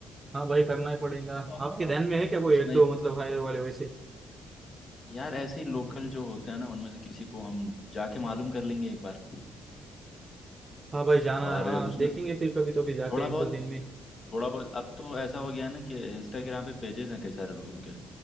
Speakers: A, on the right; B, on the left.
A: हाँ भाई करना ही पड़ेगा
B: और
A: आपके ध्यान में है क्या कोई
B: उसमें
A: एक दो मतलब हायर वाले वैसे
B: यार ऐसे ही लोकल जो होते हैं ना उनमें से किसी को हम जाके मालूम कर लेंगे एक बार
A: हाँ भाई जाना
B: और
A: है हाँ
B: उसमें
A: देखेंगे
B: से
A: फिर कभी तो भी जाके
B: थोड़ा
A: एक
B: बहुत
A: दो दिन में
B: थोड़ा बहुत अब तो ऐसा हो गया है ना कि इंस्टाग्राम पे पेजेस हैं कई सारे लोगों के